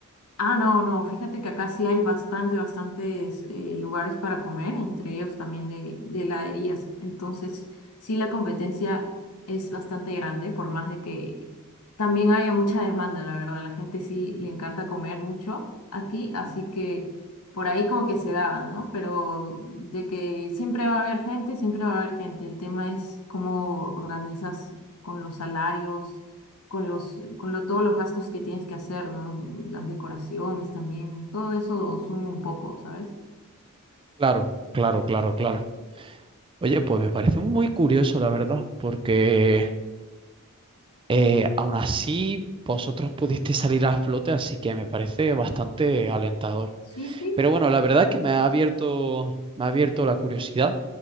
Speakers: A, on the left; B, on the right.
A: Ah, no, no, fíjate que acá sí hay bastante, bastantes eh, lugares para comer, entre ellos también de, de heladerías. Entonces, sí, la competencia es bastante grande, por más de que también haya mucha demanda, la verdad. La gente sí le encanta comer mucho aquí, así que por ahí como que se da, ¿no? Pero de que siempre va a haber gente, siempre va a haber gente. El tema es cómo organizas con los salarios con los, con lo, todos los gastos que tienes que hacer, ¿no? Las decoraciones también, todo eso suma un poco, ¿sabes?
B: Claro, claro, claro, claro. Oye, pues me parece muy curioso, la verdad, porque eh, aún así vosotros pudisteis salir a flote, así que me parece bastante alentador.
A: Sí, sí,
B: Pero bueno, la verdad es que me ha abierto, me ha abierto la curiosidad.